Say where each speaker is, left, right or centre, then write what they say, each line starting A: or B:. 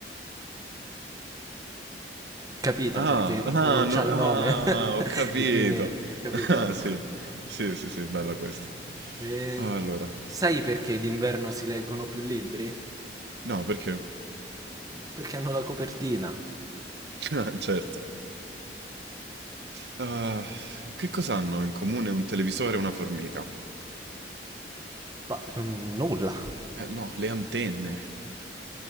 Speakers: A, on the right; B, on the right.
A: Capita,
B: Ah,
A: perché
B: ah,
A: non
B: no-
A: c'ha il
B: ah,
A: nome. <laughs>
B: ho capito.
A: E quindi... Capito?
B: <laughs> Ah, sì, sì, sì, sì, bella questa.
A: Eh,
B: Allora,
A: sai perché d'inverno si leggono più libri?
B: no, perché?
A: Perché hanno la copertina.
B: <laughs> Ah, Certo. Ah, che cosa hanno in comune un televisore e una formica?
A: Ma non- nulla.
B: Eh, no, le antenne.